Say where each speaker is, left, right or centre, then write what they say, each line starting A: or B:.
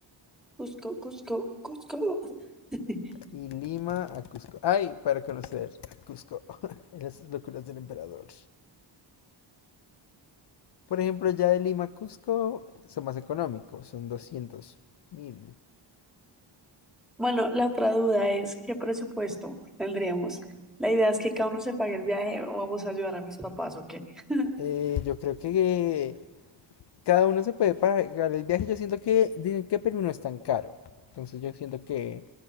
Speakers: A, in the centre; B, on the left.
A: Cusco, Cusco, Cusco. <laughs>
B: Y Lima a Cusco. ¡Ay! Para conocer a Cusco. <laughs> Las locuras del emperador. Por ejemplo, ya de Lima a Cusco son más económicos, son doscientos mil.
A: Bueno, la otra duda es qué presupuesto tendríamos. La idea es que cada uno se pague el viaje o vamos a ayudar a mis papás, ¿o qué? <laughs>
B: Eh, yo creo que Cada uno se puede pagar el viaje. Yo siento que dicen que Perú no es tan caro. Entonces yo siento que